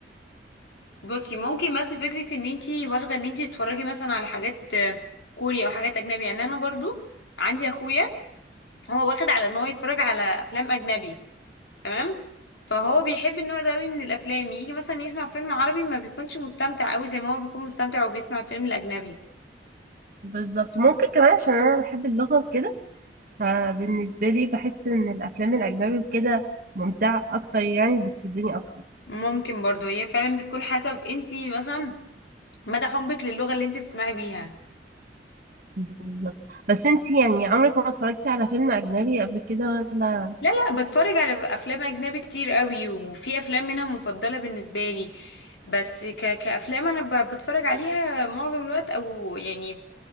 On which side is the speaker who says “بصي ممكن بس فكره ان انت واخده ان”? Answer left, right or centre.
Left